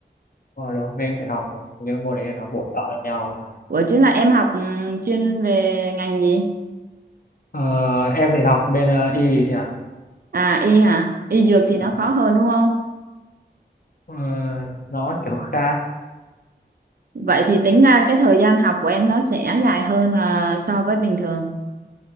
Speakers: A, on the left; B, on the right.
A: hồi đó mình cũng phải học những môn đấy để nó bổ trợ lẫn nhau
B: Ủa chứ là em học ừ, chuyên về ngành gì?
A: Ờ, em thì học bên ờ, y chị ạ
B: À y hả? Y dược thì
A: Ờ,
B: nó khó hơn đúng không?
A: ờ, nó kiểu khác
B: Vậy thì tính ra cái thời gian học của em nó sẽ dài hơn là so với bình thường.